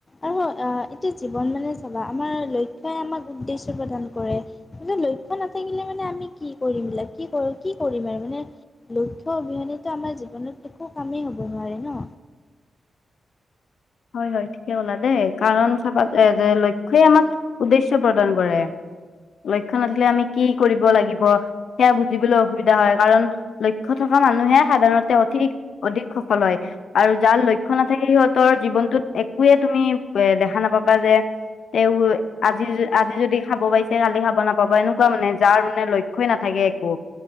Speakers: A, on the left; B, on the left.
A: আৰু এতিয়া জীৱন মানে চাবা আমাৰ লক্ষ্যয় আমাক উদ্দেশ্য প্ৰদান কৰে। কিন্তে লক্ষ্য নাথাকিলে মানে আমি কি কি কৰিমা বুলে কি কি কৰিম আৰু মানে লক্ষ্য অবিহনেতটো আমাৰ জীৱনত একো কামেই হ'ব নোৱাৰে ন।
B: হয় হয় ঠিকে লা দেই কাৰণ চাবা যে লক্ষ্যই আমাক উদ্দেশ্য প্ৰদান কৰে লক্ষ্য নাথিলে আমি কি কৰিব লাগিব সেয়া বুজিবলৈ অসুবিধা হয় কাৰণ লক্ষ্য থ মানুহে সাধাৰণতে অধিক অধিক সফল হয় আৰু যাৰ লক্ষ্য নাথাকে সিহঁতৰ জীৱনটোত একোয়ে তুমি এ দেখা নাপাবা যে তে আজি আজি যদি খাব পাইছে কালি খাব নাপাব এনেকুৱা মানে যাৰ মানে লক্ষ্যই নাথাকিব একো